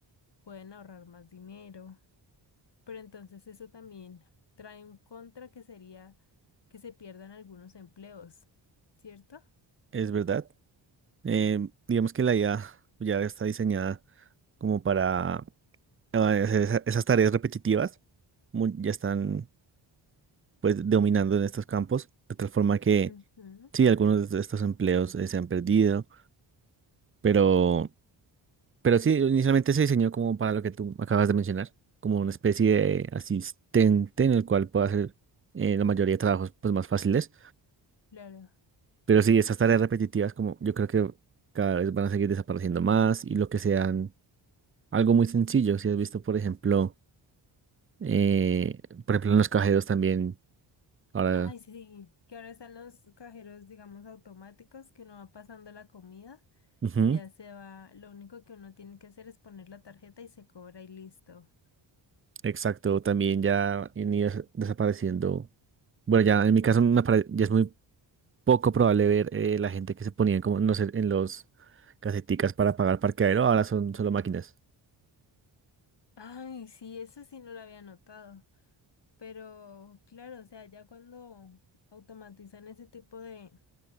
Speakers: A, on the left; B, on the right.
A: pueden ahorrar más dinero, pero entonces eso también trae un contra que sería que se pierdan algunos empleos, ¿cierto?
B: es verdad. Eh, digamos que la IA ya está diseñada como para eh, hacer esa- esas tareas repetitivas, mu- ya están pues dominando en estos campos, de tal forma que
A: Ujú.
B: sí, algunos de estos empleos eh, se han perdido, pero, pero sí, inicialmente se diseñó como para lo que tú acabas de mencionar, como una especie de asistente en el cual pueda hacer eh, la mayoría de trabajos pues más fáciles,
A: Claro.
B: pero sí, estas tareas repetitivas como yo creo que cada vez van a seguir desapareciendo más y lo que sean Algo muy sencillo, si has visto, por ejemplo, eh, por ejemplo, en los cajeros también, ahora,
A: Ay, sí, que ahora están los cajeros, digamos, automáticos, que uno va pasando la comida
B: ujú,
A: y ya se va, lo único que uno tiene que hacer es poner la tarjeta y se cobra y listo.
B: exacto, también ya han ido des- desapareciendo. Bueno, ya en mi caso me pare- ya es muy poco probable ver eh, la gente que se ponía como, no sé, en los caseticas para pagar parqueadero, ahora son solo máquinas.
A: Ay, sí, eso sí no lo había notado. Pero claro, o sea, ya cuando automatizan ese tipo de,